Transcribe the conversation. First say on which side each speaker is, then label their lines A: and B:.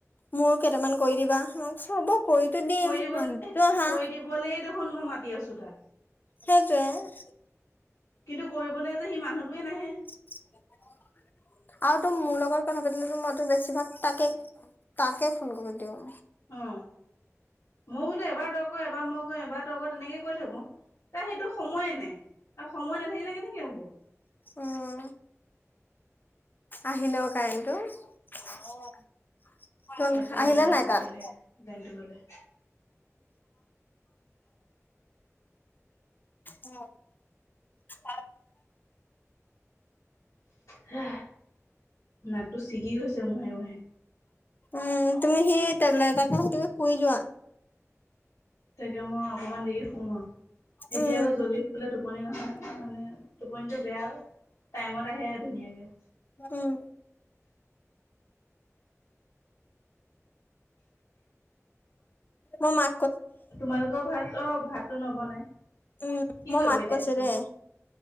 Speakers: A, on the left; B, on the left.
A: মোৰো কেইটামান কৰি দিবা, মই কৈছোঁ হব। কৰিতো দিম
B: কৈ দিবলৈ
A: মানুহটোতো আহা
B: কৈ দিবলৈই দেখোন মই মাতি আছো তাক।
A: সেইটোৱেই।
B: কিন্তু কৰিবলৈ যে সি মানুহটোৱেই নাহে।
A: <unintelligible> আৰুতো মোৰ লগত কথা পাতিলেটো মইতো বেছিভাগ তাকেই তাকেই ফোন কৰি দিওঁ।
B: উম, মই বোলো এবাৰ তই কৰ, এবাৰ মই কৰোঁ এবাৰ তই কৰ তেনেকেই কৈ থাকো, তাৰ সেইটো সময়েই নাই আৰু সময় নাথাকিলে কেনেকে হব।
A: উম। আহিলে অ কাৰেণ্টটো। ত
B: তাকেহে
A: আহিলে
B: বৰ অশান্তি
A: নাই তাত।
B: লাগে।
A: <inaudible>
B: লাইনটো গ'লে
A: উম। <unintelligible>
B: হুহ, নাকটো ছিগি গৈছে মোহাৰি মোহাৰি।
A: উম, তুমি টেবলেট এটা খাই তুমি শুই যোৱা।
B: তাকে মই অকমান দেৰি শুম আৰু। এতিয়া
A: উম
B: আকৌ জল্দি শুলে টোপনি নহয় মানে। টোপনিটো বেয়া অ, টাইমত আহে ধুনীয়াকে।
A: উম। মোৰ মা
B: তোমালোকৰ ভাত অ ভাততো নবনাই।
A: উম,
B: কি
A: মই
B: কৰিব
A: মাক
B: এতিয়া
A: কৈছোঁ
B: তোমাৰ
A: ৰেহ।